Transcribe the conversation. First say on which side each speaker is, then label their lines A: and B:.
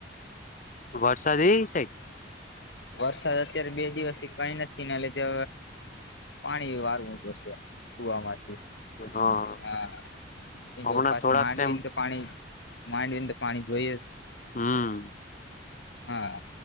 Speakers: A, on the left (about 45°); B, on the left (about 70°).
A: વર્સા દ સેટ
B: વરસાદ અત્યારે બે દિવસ થી કઈ નથી ને એટલે પાણી વારવું જોશે કુવામાં છે
A: એ હા
B: હા
A: હમણાં
B: પાછી
A: થોડાક
B: માંડવીને
A: ટાઈમ
B: તો પાણી માંડવીને તો પાણી જોઈએ
A: હમ
B: હા